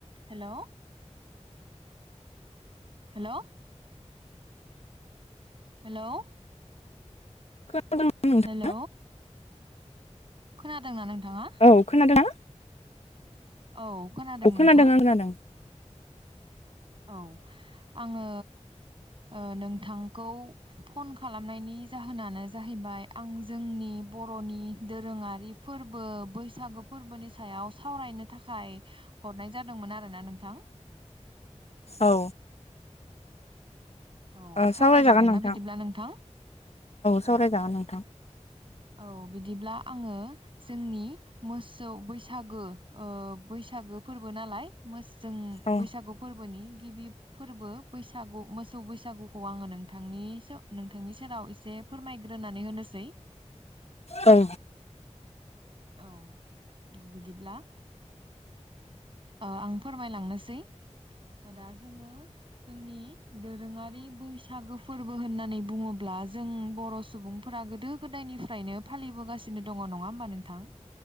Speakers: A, on the right; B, on the left.
A: हेल' hello? हेल'।
B: खोनादों नोंथां
A: hello. खोनादोंना नोंथाङा।
B: औ खोनादोंना?
A: औ खोनादों
B: औ
A: नोंथां।
B: आं खोनादों
A: औ आङो ओ नोंथांखौ फन खालामनायनि जाहोनानो जाहैबाय आं जोंनि बर'नि दोरोङारि फोरबो बैसागो फोरबोनि सायाव सावरायनो थाखाय हरनाय जादोंमोन आरो ना नोंथां।
B: औ।
A: औ
B: ओ
A: सावरायजागोन
B: नोंथां
A: ना बिदिब्ला नोंथां
B: सावरायजागोन
A: औ।
B: नोंथां
A: औ बिदिब्ला आङो जोंनि मोसौ बैसागो ओ बैसागो फोरबो नालाय। जों
B: औ
A: बैसागु फोरबोनि गिबि फोरबो बैसागु मोस मोसौ बैसागुखौ आङो नोंथांनि नोंथांनि सेराव एसे फोरमायग्रोनानै होनोसै। <inaudible>
B: औ।
A: औ बिदिब्ला आं फोरमायलांनोसै दा जोङो जोंनि दोरोङारि बैसागो फोरबो होननानै बुङोब्ला जों बर' सुबुं फोरा गोदो गोदायनिफ्रायनो फालिबोगासिनो दङ नङा होमबा नोंथां।